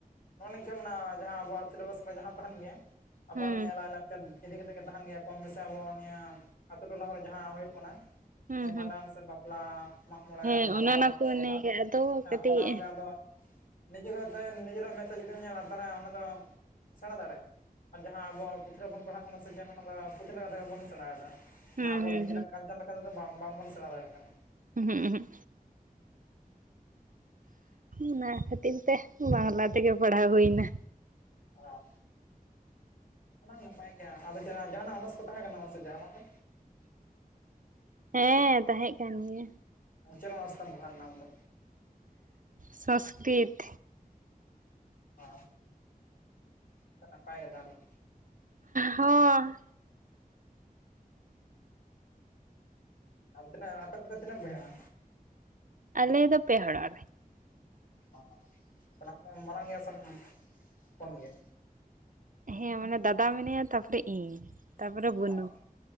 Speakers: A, on the left (about 65°); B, on the right (about 60°).
A: ᱱᱚᱜᱼ ᱱᱤᱝᱠᱟᱹ ᱢᱮᱱᱟᱜ-ᱟ ᱡᱟᱦᱟᱸ ᱟᱵᱚᱣᱟᱜ ᱥᱤᱞᱮᱵᱟᱥ ᱨᱮ ᱡᱟᱦᱟᱸ ᱛᱟᱦᱮᱱ ᱜᱮᱭᱟ, ᱟᱵᱚᱟᱜ
B: ᱦᱩᱸ
A: ᱮᱢ ᱧᱮᱞᱟ <inaudible> ᱤᱫᱤ ᱠᱟᱛᱮᱜ ᱜᱮ ᱛᱟᱦᱮᱱ ᱜᱮᱭᱟ ᱠᱚᱢ ᱵᱮᱥᱤ ᱟᱵᱚ ᱱᱤᱭᱟᱹ ᱟᱹᱛᱩ ᱴᱚᱞᱟ ᱠᱚᱨᱮ ᱡᱟᱦᱟᱸ ᱦᱩᱭᱩᱜ ᱠᱟᱱᱟ᱾
B: ᱦᱩᱸ
A: ᱦᱮᱸ ᱵᱷᱟᱸᱰᱟᱱ
B: ᱦᱩᱸ
A: ᱥᱮ ᱵᱟᱯᱞᱟ, ᱢᱟᱜ ᱢᱚᱬᱮ,
B: ᱦᱮᱸ
A: ᱵᱟᱦᱟ,
B: ᱚᱱᱮ ᱚᱱᱟ ᱠᱚ
A: ᱥᱚᱨᱦᱟᱭ
B: ᱟᱫᱚ
A: ᱦᱮᱸ
B: ᱠᱟᱹᱴᱤᱡ
A: ᱚᱱᱟᱜᱮ ᱟᱫᱚ ᱱᱤᱡᱮ ᱠᱚᱛᱮ ᱱᱤᱡᱮᱨᱟᱜ ᱢᱮᱫ ᱛᱮ ᱡᱩᱫᱤᱢ ᱧᱮᱞᱟ ᱛᱟᱦᱞᱮ ᱚᱱᱟ ᱫᱚ ᱥᱮᱬᱟ ᱫᱟᱲᱮᱭᱟᱜᱼᱟ ᱟᱨ ᱡᱟᱦᱟᱸ ᱟᱵᱚᱣᱟᱜ ᱯᱩᱛᱷᱤ ᱨᱮᱵᱚᱱ ᱯᱟᱲᱦᱟᱜ ᱠᱟᱱᱟ ᱥᱮ ᱚᱱᱟ ᱫᱚ ᱯᱩᱛᱷᱤ ᱞᱮᱠᱟ ᱞᱮᱠᱟ ᱛᱮᱜᱮ ᱵᱚᱱ ᱥᱮᱬᱟᱭᱮᱫᱟ᱾
B: ᱦᱩᱸ
A: ᱚᱱᱟ ᱟᱵᱚ
B: ᱦᱩᱸ
A: ᱱᱤᱡᱮᱨᱟᱜ ᱠᱟᱞᱪᱟᱨ ᱞᱮᱠᱟ ᱛᱮᱫᱚ ᱵᱟᱝ ᱵᱟᱝᱵᱚᱱ ᱥᱮᱬᱟ ᱫᱟᱲᱮᱭᱟᱜ ᱠᱟᱱᱟ᱾
B: ᱩᱦᱩᱸᱜ ᱩᱦᱩᱸᱜ᱾ ᱚᱱᱟ ᱠᱷᱟᱹᱛᱤᱨ ᱛᱮ ᱵᱟᱝᱞᱟ ᱛᱮᱜᱮ ᱯᱟᱲᱦᱟᱣ ᱦᱩᱭᱱᱟ᱾
A: ᱚ, ᱚᱱᱟ ᱦᱚᱸ ᱱᱟᱯᱟᱭ ᱜᱮᱭᱟ ᱟᱫᱚ ᱡᱟᱱᱟ ᱡᱟᱦᱟᱱᱟᱜ ᱚᱱᱟᱨᱥ ᱠᱚ ᱛᱟᱦᱮᱸ ᱠᱟᱱᱟ ᱥᱮ ᱪᱮᱫ ᱟᱢᱟᱜ ᱫᱚ?
B: ᱦᱮᱸ ᱛᱟᱦᱮᱸᱜ ᱠᱟᱱ ᱜᱮᱭᱟ᱾
A: ᱪᱮᱫ ᱚᱱᱟᱨᱥ ᱛᱮᱢ ᱯᱟᱲᱦᱟᱣ ᱞᱮᱱᱟ ᱟᱢ ᱫᱚ?
B: ᱥᱚᱱᱥᱠᱨᱤᱛ᱾
A: ᱚ ᱛᱚ ᱱᱟᱯᱟᱭ ᱜᱮ ᱛᱟᱦᱞᱮ᱾
B: ᱦᱚᱸ᱾
A: ᱟᱢ ᱛᱤᱱᱟᱹᱜ ᱟᱯᱮ ᱫᱚᱯᱮ ᱛᱤᱱᱟᱹᱜ ᱵᱚᱭᱦᱟᱜᱼᱟ?
B: ᱟᱞᱮ ᱫᱚ ᱯᱮ ᱦᱚᱲᱚᱜ ᱟᱞᱮ᱾
A: ᱚᱸ ᱛᱟᱞᱦᱮ ᱟᱢ ᱫᱚᱢ ᱢᱟᱨᱟᱝ ᱜᱮᱭᱟ ᱥᱮᱢ ᱦᱚᱯᱚᱱ ᱜᱮᱭᱟ?
B: ᱦᱮᱸ ᱢᱟᱱᱮ ᱫᱟᱫᱟ ᱢᱮᱱᱟᱭᱟ ᱛᱟᱯᱚᱨᱮ ᱤᱧ᱾ ᱛᱟᱯᱚᱨᱮ ᱵᱟᱹᱱᱩ
A: ᱚᱸ,